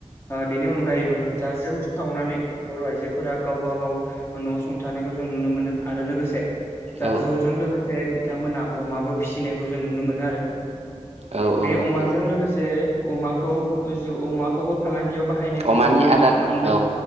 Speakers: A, on the left (about 20°); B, on the right (about 60°).
A: ओ बेनि अनगायैबो जा जौ सावनानै बर' आइजोफोरा गावब गाव न सुंथानायखौ जों नुनो मोनो आरो लोगोसे जा
B: औ
A: जौ जों लोगो। बिथांमोना अमाबो फिसिनायखौ जों नुनो मोनो आरो।
B: औ औ
A: बे
B: नंगौ
A: अमाजों लोगोसे अमाखौ अमाखौबो फालांगियाव बाहायनायखौ
B: अमानि
A: जों नुनो मोनो
B: आदार
A: मानोना
B: औ